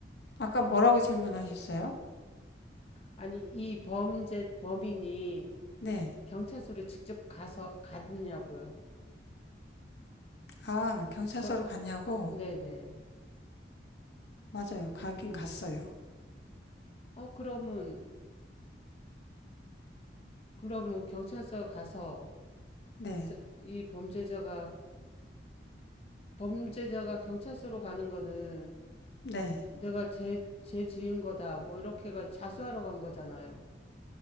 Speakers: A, on the left; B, on the left.
A: 아까 뭐라고 질문하셨어요?
B: 아니, 이 범죄, 범인이
A: 네.
B: 경찰서로 직접 가서, 갔냐고요?
A: 아, 경찰서로
B: 저,
A: 갔냐고?
B: 네네.
A: 맞아요. 가긴 갔어요.
B: 어, 그러면, 그러면 경찰서 가서,
A: 네.
B: 이제 이 범죄자가, 범죄자가 경찰서로 가는 거는
A: 네.
B: 내가 죄, 죄 지은 거다, 뭐, 이렇게가 자수하러 간 거잖아요.